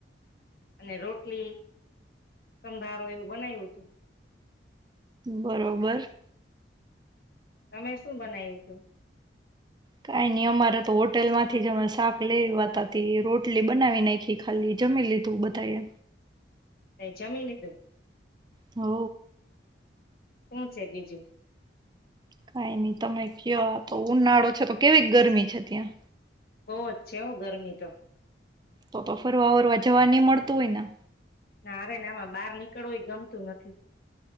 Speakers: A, on the left; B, on the right.
A: અને રોટલી, સંભારો એવું બનાય્વુ તુ.
B: બરોબર.
A: તમે શું બનાય્વુ તુ?
B: કાંઈ ની અમારે તો હોટેલમાંથી જ અમે શાક લઈે આય્વાતા તે રોટલી બનાવી નાંય્ખી ખાલી, જમી લીધું બધાએ.
A: તેં જમી લીધુ?
B: હઓ.
A: હું છે બીજું?
B: કાઈ નઈ તમે ક્યો આ તો ઉનાળો છે તો કેવી ગરમી છે ત્યાં?
A: બહુઅજ છે હઉ ગરમી તો.
B: તો તો ફરવા વરવા જવા નહીં મળતું હોય ના?
A: ના રે ના આમાં બહાર નીકળવું એ ગમતું નથી.